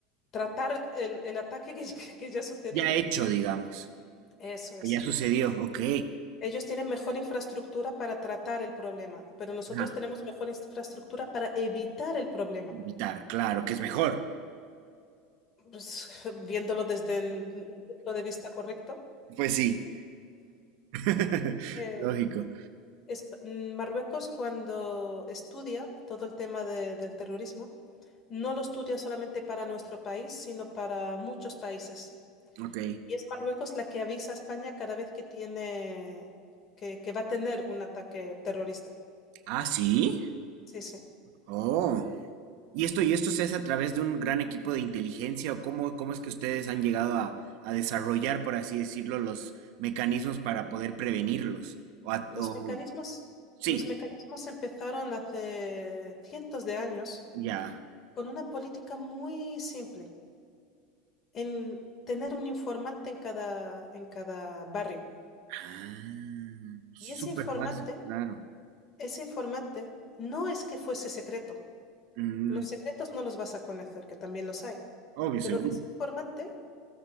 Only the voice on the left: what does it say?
tratar el, el ataque que, <laughs> que ya ha sucedido.
Eso
es.
Ellos tienen mejor infraestructura para tratar el problema, pero nosotros
tenemos mejor infraestructura para evitar el problema.
pues, <laughs> viéndolo desde el- un punto de vista correcto,
eh,
es- mm, Marruecos cuando estudia todo el tema de- del terrorismo, no lo estudia solamente para nuestro país, sino para muchos países.
Y es Marruecos la que avisa a España cada vez que tiene, que, que va a tener un ataque terrorista.
Sí, sí.
Los
mecanismos,
los mecanismos empezaron hace cientos de años
con una política muy simple. en tener un informante en cada, en cada barrio.
Y ese informante,
ese informante no es que fuese secreto.
Los secretos no los vas a conocer, que también los hay.
Pero
ese informante